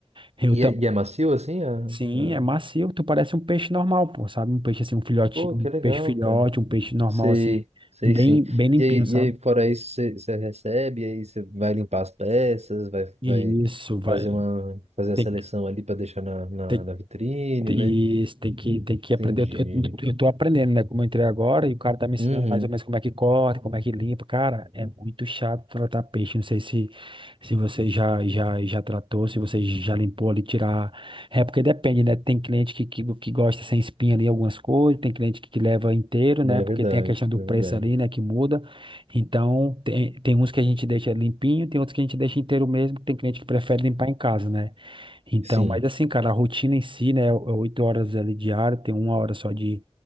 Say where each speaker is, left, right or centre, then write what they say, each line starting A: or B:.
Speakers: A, on the right; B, on the right.
A: Eu
B: E
A: também.
B: é, e é macio assim? A,
A: Sim,
B: a-
A: é macio, tu parece um peixe normal, pô, sabe? Um peixe assim, um filhote,
B: Pô,
A: um
B: que legal,
A: peixe filhote,
B: cara.
A: um peixe normal
B: Sei,
A: assim,
B: sei
A: bem
B: sim.
A: bem limpinho,
B: E aí,
A: sabe?
B: e aí fora isso, você você recebe, e aí você vai limpar as peças, vai,
A: Isso,
B: vai
A: vai.
B: fazer uma, fazer a
A: Tem,
B: seleção
A: que-
B: ali para deixar na, na,
A: tem,
B: na vitrine,
A: E
B: né?
A: você tem que, tem que aprender.
B: Entendi.
A: Eu, eu, eu tô aprendendo, né? Como eu entrei agora e o cara tá me ensinando
B: Uhum,
A: mais ou menos como é que corta, como é que limpa. Cara, é muito chato tratar peixe. Não sei se, se você já, já, já tratou, se você já limpou ali, tirar. É porque depende, né? Tem cliente que, que, que gosta sem espinha ali algumas coisas, tem cliente que, que leva inteiro, né?
B: é
A: Porque
B: verdade,
A: tem a questão do
B: é
A: preço
B: verdade.
A: ali, né? Que muda. Então, tem, tem uns que a gente deixa limpinho, tem outros que a gente deixa inteiro mesmo. Tem cliente que prefere limpar em casa, né? Então,
B: Sim,
A: mas assim, cara, a rotina em si, né, é oito horas ali diária, tem uma hora só de,